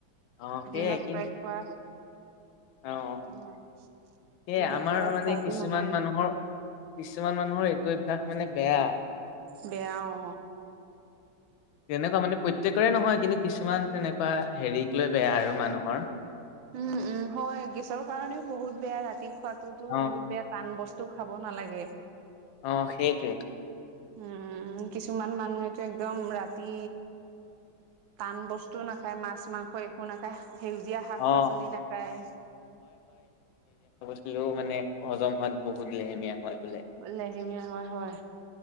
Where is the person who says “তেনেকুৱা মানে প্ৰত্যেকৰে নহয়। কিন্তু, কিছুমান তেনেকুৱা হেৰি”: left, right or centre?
Left